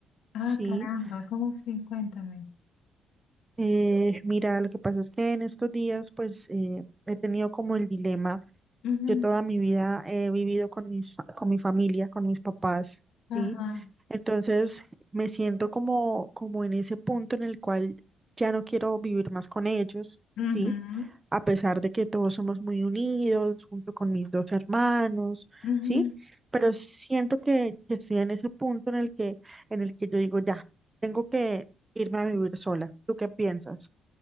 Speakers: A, on the left; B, on the right.
A: Ah,
B: ¿sí?
A: caramba, ¿cómo así? Cuéntame.
B: Eh, mira, lo que pasa es que en estos días pues eh, he tenido como el dilema
A: Ujú,
B: Yo toda mi vida he vivido con mis, fa- con mi familia, con mis papás,
A: Ajá.
B: ¿sí? Entonces me siento como, como en ese punto en el cual ya no quiero vivir más con ellos,
A: ujú,
B: ¿sí? A pesar de que todos somos muy unidos, junto con mis dos hermanos,
A: ujú.
B: ¿sí? Pero siento que, que estoy en ese punto en el que, en el que yo digo, ya, tengo que irme a vivir sola. ¿Tú qué piensas?